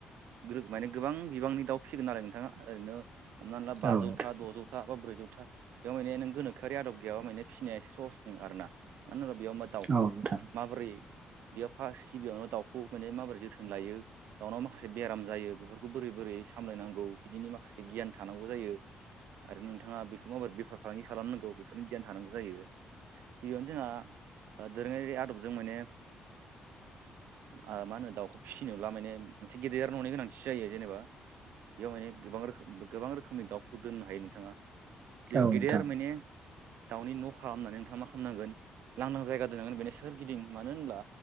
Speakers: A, on the right (about 80°); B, on the right (about 45°).
A: ग्रो माने गोबां बिबांनि दाउ फिसिगोन नालाय नोंथाङा ओरैनो हमनानै ला बाजौथा
B: औ नोंथां
A: द'जौ ता बा ब्रैजौथा बेयाव माने नों गोनोखोआरि आदब गैयाब माने फिसिनाया एसे सहस नोङा आरोना मानो होनोबा बेयाव दाउखौ
B: औ नोंथां
A: माबोरै बेयाव फार्स्ट गिबियावनो दाउखौ माने माबोरै जोथोन लायो दाउनाव माखासे बेराम जायो। बेफोर खौ बोरै बोरै सामलायनांगौ बिदिनि माखासे गियान थानांगौ जायो। आरो नोंथाङा बेखौ माबोरै बेफार फालांगि खालामनांगौ बेफोरनि गियान थानांगौ जायो। गिबियावनो जोंहा ओ दोरोङारि आदबजों माने ओ मा होनो दाउखौ फिसिनोब्ला माने मोनसे गेदेर ननि गोनांथि जायो जेनेबा बेयाव माने गोबां रोखोम गोबां रोखोमनि दाउफोरखौ दोननो हायो नोंथाङा बेयाव
B: औ नोंथां औ
A: गेदेर
B: नोंथां
A: माने दाउनि न' खालामनानै नोंथाङा मा खामनांगोन लांदां जायगा दोननांगोन बेनो सोरगिदिं मानो होनब्ला